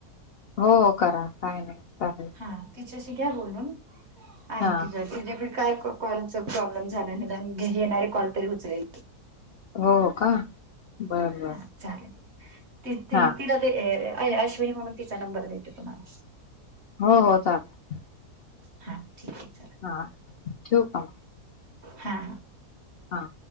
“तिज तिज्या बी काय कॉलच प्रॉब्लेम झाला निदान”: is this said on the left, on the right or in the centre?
Right